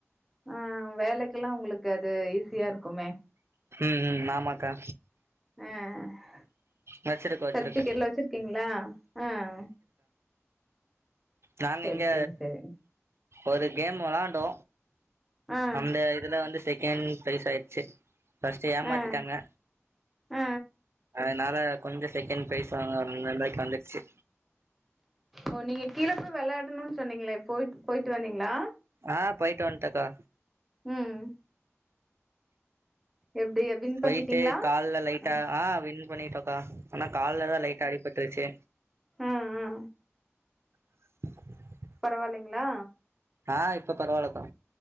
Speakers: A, in the centre; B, on the right (about 60°).
A: ஆ வேலைக்கெல்லா உங்களுக்கு அது ஈஸியா இருக்குமே
B: ம் ம் ஆமாக்கா
A: ஆ அ
B: வச்சிருக்கோ வச்சிருக்கோ
A: சர்ட்டிபிகேட்லா வச்சிருக்கீங்களா ஆ
B: நாங்க
A: சரி
B: இங்க
A: சரி சரி
B: ஒரு கேம் வெளாண்டோ
A: ஆ
B: அந்த இதுல வந்து செகண்ட் ப்ரைஸ் ஆயிட்ச்சு பஸ்ட்டு ஏமாத்திட்டாங்க
A: ஆ ஆ
B: அதுனால கொஞ்ச செகண்ட் ப்ரைஸ் வாங்குற நிலைக்கு வந்துர்ச்சு
A: ஓ நீங்க கீழ போய் வெளாயாடணுன்னு சொன்னீங்களே பொய்ட் பொயிட்டு வந்தீங்களா
B: ஆ பொய்ட் வன்ட்க்கா
A: ம் எப்டி வின்
B: பொய்ட்டு
A: பண்ணிட்டீங்களா
B: கால்ல லைட்டா
A: அ
B: ஆ வின் பண்ணிட்டோக்கா ஆனா கால்லதா லைட்டா அடிபட்ருச்சு
A: ம் ஆ
B: <inaudible>
A: பரவாயில்லைங்களா
B: ஆ இப்ப பரவால்லக்கா